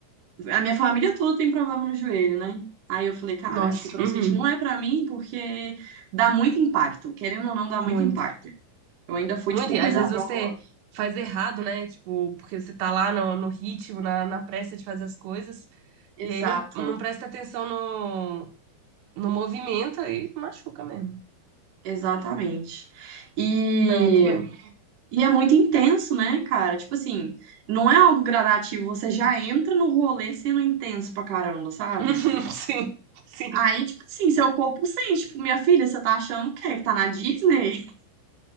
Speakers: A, on the right (about 55°); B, on the right (about 85°).
A: A minha família toda tem problema no joelho, né? Aí eu falei, cara,
B: Nossa,
A: acho que CrossFit
B: uhum.
A: não é pra mim porque dá muito impacto. Querendo ou não, dá muito
B: Muito.
A: impacto. Eu ainda fui,
B: Muito.
A: tipo,
B: E
A: cuidador.
B: às vezes você faz errado, né? Tipo, porque você tá lá no, no ritmo, na, na pressa de fazer as coisas. E
A: Exato,
B: aí não, não presta atenção no, no movimento, aí machuca mesmo.
A: exatamente. E,
B: Não, eu também.
A: e é muito intenso, né, cara? Tipo assim, não é algo gradativo. Você já entra no rolê sendo intenso pra caramba, sabe?
B: <laughs> Sim, sim.
A: Aí, tipo assim, seu corpo sente, tipo, minha filha, você tá achando o quê? Que tá na Disney? <laughs>